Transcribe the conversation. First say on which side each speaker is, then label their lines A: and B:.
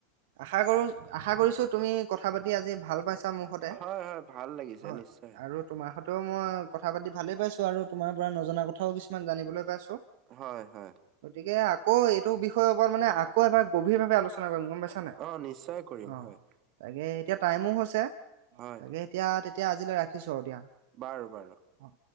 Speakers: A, on the right (about 70°); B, on the right (about 45°).
A: আশা কৰো আশা কৰিছো তুমি কথা পাতি আজি ভাল পাইছা মোৰ সতে।
B: হয় হয় ভাল লাগিছে
A: হয়।
B: নিশ্চয়
A: আৰু তোমাৰ সতেও মই কথা পাতি ভালে পাইছো। আৰু তোমাৰ পৰা নজনা কথাও কিছুমান জানিবলৈ পাইছো।
B: হয় হয়
A: গতিকে আকৌ এইটো বিষয়ৰ ওপৰত মানে আকৌ এবাৰ গভীৰভাৱে আলোচনা কৰিম গ'ম পাইছানে নাই।
B: অ নিশ্চয় কৰিম
A: অ'
B: হয়
A: তাকে এতিয়া টাইমো হৈছে
B: হয়
A: তাকে এতিয়া, তেতিয়া আজিলৈ ৰাখিছো আৰু দিয়া।
B: বাৰু বাৰু।
A: অ।